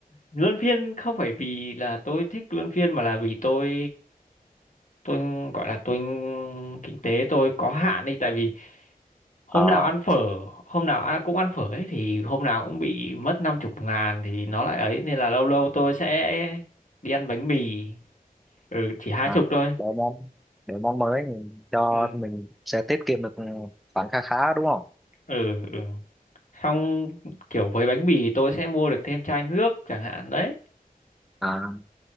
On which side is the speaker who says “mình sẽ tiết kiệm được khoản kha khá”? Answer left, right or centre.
Centre